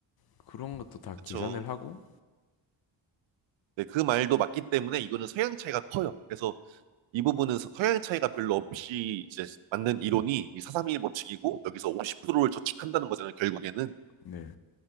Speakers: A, on the left; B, on the right.
A: 그런 것도 다
B: 그렇죠.
A: 계산을 하고
B: 네, 그 말도 맞기 때문에 이거는 성향 차이가 커요. 그래서 이 부분은 서- 성향 차이가 별로 없이 이제 맞는 이론이 이 431 법칙이고 여기서 50%를 저축한다는 거잖아요. 결국에는
A: 네.